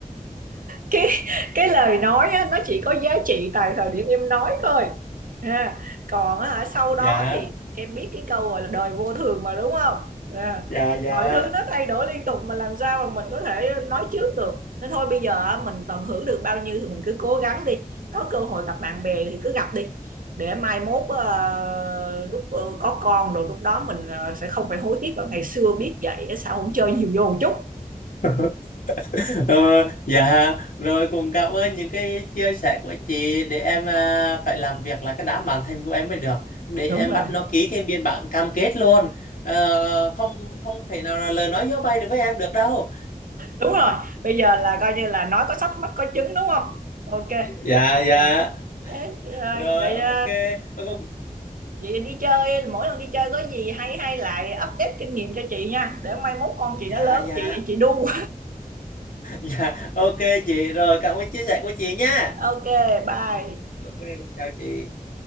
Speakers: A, on the right; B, on the left.
A: cái cái lời nói á, nó chỉ có giá trị tại thời điểm em nói thôi À, còn á hả sau đó
B: dạ
A: thì em biết cái câu gọi là đời vô thường mà đúng không? À,
B: dạ dạ
A: mọi thứ nó thay đổi liên tục mà làm sao mà mình có thể nói trước được. Nên thôi bây giờ á, mình tận hưởng được bao nhiêu thì mình cứ cố gắng đi. Có cơ hội gặp bạn bè thì cứ gặp đi. Để mai mốt ờ, lúc ờ, có con rồi lúc đó mình ờ, sẽ không phải hối tiếc là ngày xưa biết vậy á, sao không chơi nhiều vô một chút.
B: <laughs> Ờ, dạ rồi cũng cảm ơn những cái chia sẻ của chị để em à, phải làm việc là cái đám bản thân của em mới được
A: Đúng
B: để em
A: rồi.
B: bắt nó ký cái biên bản cam kết luôn Ờ, không không thể nào là lời nói gió bay được với em được đâu
A: Đúng rồi. Bây giờ là coi như là nói có sách mách có chứng đúng không? Ok.
B: dạ dạ
A: Rồi, Ê, rồi,
B: rồi
A: rồi
B: ok
A: ờ,
B: Ờ, không-
A: vậy đi chơi mỗi lần đi chơi có gì hay hay lại update kinh nghiệm cho chị nha để mai mốt con chị
B: dạ
A: nó lớn
B: dạ
A: chị chị đu
B: <laughs> dạ ok chị rồi cảm ơn chia sẻ của chị nha
A: <laughs> ok bye
B: ok chào chị